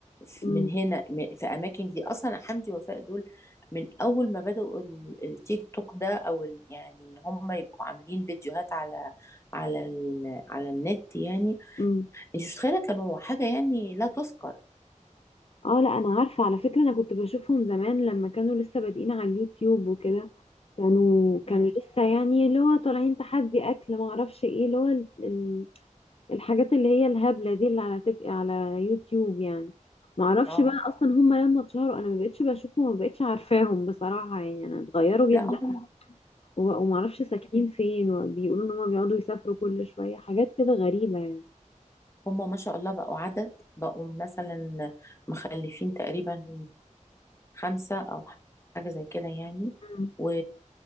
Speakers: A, on the left (about 20°); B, on the left (about 50°).
A: ف-
B: امم
A: من هنا م- في اماكن دي اصلا حمدي ووفاء دول من اول ما بدأوا ال- التيك توك ده او ال... يعني ان هم يبقوا عاملين فيديوهات على على ال... على النت يعني
B: امم
A: انت مش متخيلة كانوا حاجة يعني لا تذكر
B: اه لا انا عارفة على فكرة انا كنت بشوفهم زمان لما كانوا لسه بادئين على اليوتيوب وكده كانوا كانوا
A: مم.
B: لسه يعني اللي هو طالعين تحدي اكل ما اعرفش ايه اللي هو ال- ال- الحاجات اللي هي الهبلة دي اللي على تك... على يوتيوب يعني ما اعرفش
A: اه
B: بقى اصلا هم لما اتشهروا انا ما بقتش بشوفهم ما بقتش عارفاهم بصراحة يعني انا اتغيروا
A: لا
B: جدا
A: هم
B: و- ومعرفش ساكنين فين وبيقولوا ان هما بيقعدوا يسافروا كل شوية حاجات كده غريبة يعني
A: هم ما شاء الله بقوا عدد بقوا مثلا مخلفين تقريبا خمسة أو حاجة زي كده يعني
B: مم.
A: و...